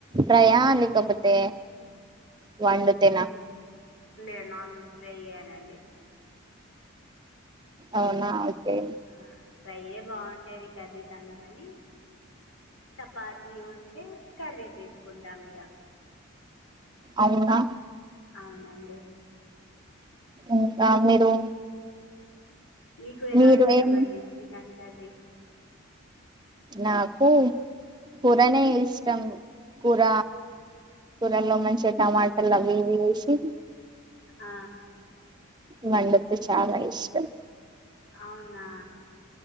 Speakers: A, on the right; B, on the left.
A: ఫ్రయా లేకపోతే వండుతేనా
B: లేదు లేదు నార్మల్ స్ప్రే ఇయ్యానండి
A: అవునా ఓకే
B: ఆ ప్రైయే బాగుంట వ కర్రీ కన్నా కానీ చపాతి ఉంటే కర్రీ తీసుకుంటాం ఇగా
A: అవునా
B: అవునండి
A: ఇంకా మీరు
B: మీకు ఎలా
A: మీరు
B: ఇస్తాంమండి
A: ఏం
B: ఇ జ కరి
A: నాకు కూరనే ఇష్టం కూర కూరల్లో మంచిగా టమాటలు అవి ఇవి వేసి
B: ఆ
A: మండత్ చాలా ఇష్టం
B: అవునా